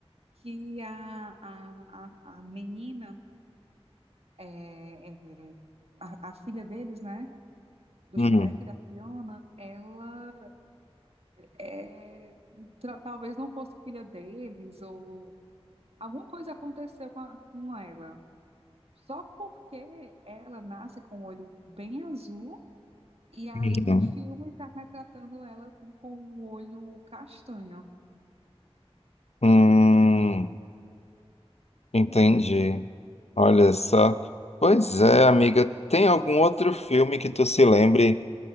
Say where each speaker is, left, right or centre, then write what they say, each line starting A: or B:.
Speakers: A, on the right; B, on the left.
A: que a, a, a, a menina, é, é, a, a filha deles, né, do
B: hum,
A: Shrek e da Fiona, ela é, tra- talvez não fosse filha deles, ou alguma coisa aconteceu com, a- com ela. Só porque ela nasce com o olho bem azul, e aí
B: uhum.
A: no filme está retratando ela com, com o olho castanho.
B: Hum, entendi. Olha só. Pois é, amiga. Tem algum outro filme que tu se lembre